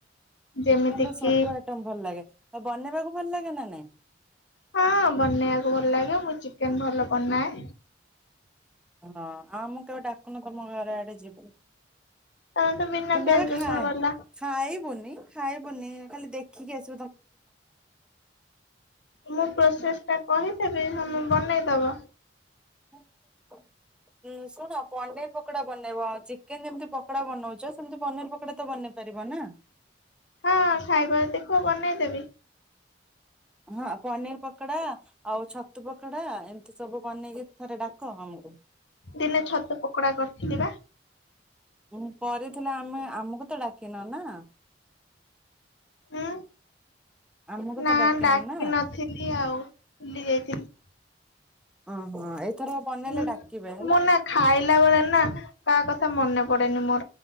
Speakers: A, on the left; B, in the centre.
A: ଯେମିତି
B: ଚିକେନର ସବୁ
A: କିି
B: ଆଇଟମ ଭଲ ଲାଗେ ତ ବନେଇବାକୁ ଭଲ ଲାଗେ ନା ନାଇଁ?
A: ହଁ ବନେଇବାକୁ ଭଲ ଲାଗେ ମୁଁ ଚିକେନ ଭଲ ବନାଏ।
B: ହଁ ଆଉ ମୁଁ କେବେ ଡାକୁନ ତମ ଘରେ ଆଡେ ଯିବୁ।
A: ତମେ ତ ବିନା
B: କିନ୍ତୁ
A: ପିଆଜ
B: ଆମେ
A: ରସୁଣ
B: ଖାଏ
A: ବାଲା
B: ଖାଇବୁନି ଖାଇବୁନି ଖାଲି ଦେଖିକି ଆସି
A: ମୁଁ ପ୍ରୋସେସ ଟା କହିଦେବି ତମେ ବନେଇଦବ।
B: ହୁଁ ଶୁଣ ପନିର ପକୋଡା ବନେଇବା ଆଜି କେନ୍ ଯେମିତି ପକୋଡା ବନଉଛ ସେମତି ପନିର ପକଡା ତ ବନେଇ ପାରିବନା?
A: ହଁ ଖାଇବା ଦେଖୁ ବନେଇ ଦେବି।
B: ହଁ ପନିର ପକୋଡା ଆଉ ଛତୁ ପକୋଡା ଏମ୍ ସବୁ ବନେଇକି ଥରେ ଡାକ ଆମକୁ।
A: ଦିନେ ଛତୁ ପକୋଡା କରିଥିଲି ବା।
B: ଉ କରିଥିଲେ ଆମେ ଆମକୁ ତ ଡାକିନ ନା।
A: ହୁଁ
B: ଆମକୁ
A: ନା
B: ତ ଡାକିନ
A: ଡାକି
B: ନା
A: ନଥିଲି ଆଉ ଉଲି ଯାଇଥିଲି।
B: ଓହୋ ଏଇଥର ବନେଇଲେ
A: ଉ
B: ଡାକିବେ ହେଲା।
A: ମୁଁ ନା ଖାଇଲା ବେଳେ ନା କାହା କଥା ମନେ ପଡେନି ମୋ